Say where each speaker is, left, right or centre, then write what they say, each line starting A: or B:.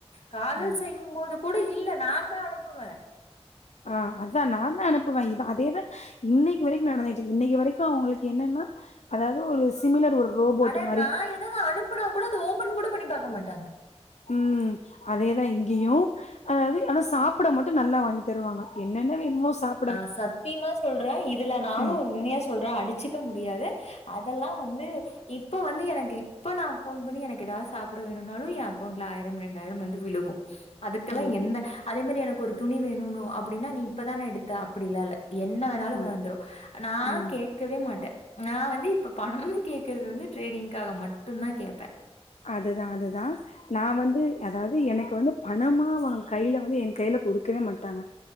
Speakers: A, on the left (about 70°); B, on the left (about 90°).
A: காதல்
B: ம்
A: செய்யும் போது கூட இல்ல நா தா அனுப்புவ
B: ஆ அதா நா தா அனுப்புவ இ அதேதா இன்னைக்கு வரைக்கு நடந்துட்ருக்கு இன்னைக்கு வரைக்கு அவுங்களுக்கு என்னன்னா அதாது ஒரு சிமிலர் ஒரு ரோபோட்
A: அட
B: மாரி
A: நா ஏதாவது அனுப்புனா கூட அத ஓப்பன் கூட பண்ணி பாக்க மாட்டாங்க
B: ம் அதேதா இங்கேயு அதாது ஆனா சாப்பிட மட்டு நல்லா வாங்கி தருவாங்க என்னென்ன வேணுமோ சாப்
A: ஆ சத்தியமா சொல்ற இதுல நானு
B: ம்
A: உண்மைய சொல்ற அடிச்சுக்க முடியாது அதெல்லா வந்து இப்போ வந்து எனக்கு இப்ப நா ஃபோன் பண்ணி எனக்கு ஏதாது சாப்ட வேணுன்னாலு ஏ அக்கௌண்ட்ல ஆயிரம் ரெண் டாயிர வந்து விழுகு அதுக்கெல்லா
B: ஆ
A: எந்த அதே மாரி எனக்கு ஒரு துணி வேணும்னு‌ அப்டின்னா நீ இப்பதான எடுத்த அப்டில்லால்ல என்ன வேணாலு
B: ம்
A: வந்துரு நா
B: ம்
A: கேக்கவே மாட்ட நா வந்து இப்ப பணம்னு கேக்கறது வந்து டிரேடிங்க்காக மட்டுந்தா கேப்பே
B: அதுதா அதுதா நா வந்து அதாது எனக்கு வந்து பணமா வாங்க கையில வந்து என் கையில குடுக்கவே மாட்டாங்க